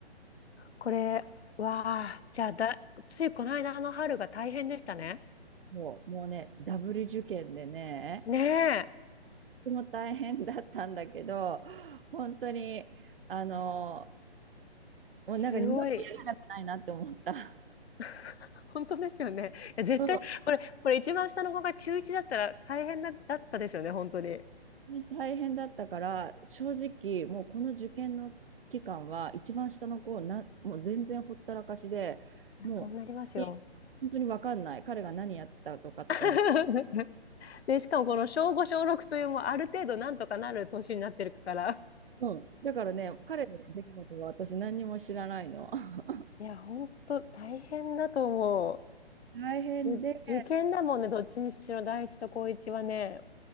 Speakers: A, on the left; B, on the right.
A: これ、わあ、じゃあだ、ついこの間の春が大変でしたね。
B: そう、もうね、ダブル受験でね、
A: ねえ、
B: とても大変だったんだけど、本当に、あの、もうなんか二度とやりたくないなって思った。
A: すごい。<laughs> 本当ですよね。いや、絶対、
B: うん。本
A: これ、これ一番下の子が中1だったら大変だ、だったですよね、本当に。い
B: 当に大変だったから、正直、もうこの受験の期間は、一番下の子な、もう全然ほったらかしで、
A: や、
B: もう、
A: そうなりますよ。
B: え本当に分かんない。彼が何やってたとかとか、
A: <laughs> で、しかもこの小5、小6というもうある程度なんとかなる年になってるから、
B: うん。だからね、彼の出来事は私何にも知らないの。<laughs>
A: いや、ほんと大変だと思
B: 大変で、
A: う。受、受験だもんね、どっちにしろ、第一と高一はね。